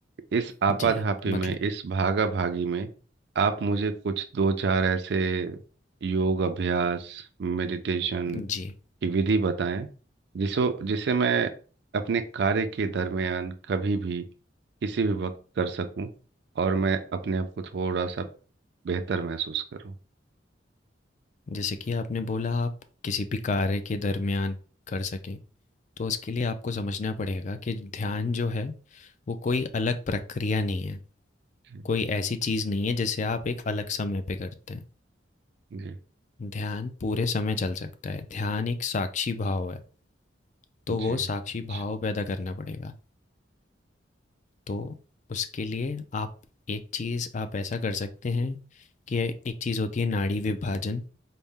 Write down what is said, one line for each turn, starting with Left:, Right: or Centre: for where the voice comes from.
Right: इस आपाधापी
Left: जी
Right: में
Left: मतलब
Right: इस भागा भागी में आप मुझे कुछ दो चार ऐसे योग अभ्यास मेडिटेशन
Left: जी
Right: की विधि बताएं जिसो जिसे मैं अपने कार्य के दरमियान कभी भी किसी भी वक्त कर सकूं और मैं अपने आप को थोड़ा सा बेहतर महसूस करूं
Left: जैसे कि आपने बोला आप किसी भी कार्य के दरमियान कर सकें तो उसके लिए आपको समझना पड़ेगा कि ध्यान जो है वो कोई अलग प्रक्रिया नहीं है
Right: जी
Left: कोई ऐसी चीज़ नहीं है जिसे आप एक अलग समय पे करते
Right: जी
Left: हैं ध्यान पूरे समय चल सकता है ध्यान एक साक्षी भाव है तो वो
Right: जी
Left: साक्षी
Right: अच्छा
Left: भाव पैदा करना पड़ेगा तो उसके लिए आप एक चीज़ आप ऐसा कर सकते हैं कि एक चीज़ होती है नाड़ी विभाजन